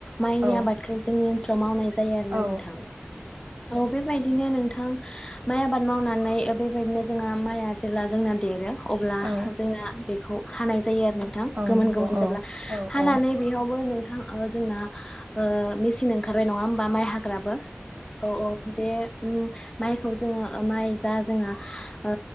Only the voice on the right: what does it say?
औ
औ
औ
औ
नंगौ
औ औ
औ